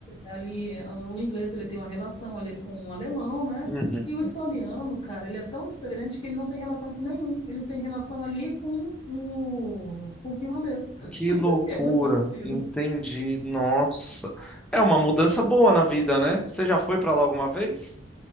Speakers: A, on the left; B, in the centre.
A: ali, o inglês, ele tem uma relação ali com o alemão, né?
B: Uhum.
A: E o estoniano, cara, ele é tão diferente que ele não tem relação com nenhum. Ele tem relação ali com o, com o finlandês. <laughs>
B: Que loucura.
A: É muito parecido.
B: Entendi. Nossa. É uma mudança boa na vida, né? Você já foi pra lá alguma vez?